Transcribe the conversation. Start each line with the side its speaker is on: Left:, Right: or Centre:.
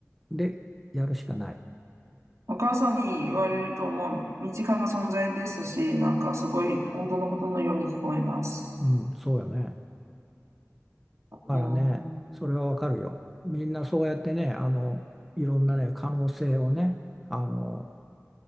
Centre: でやるしかない。
Right: お母さんに言われるともう身近な存在ですし、なんかすごい本当のことのように聞こえます。
Centre: うん、そうよね。だからねそれはわかるよ。
Right: うん。
Centre: みんなそうやってねあのいろんなね可能性をねあの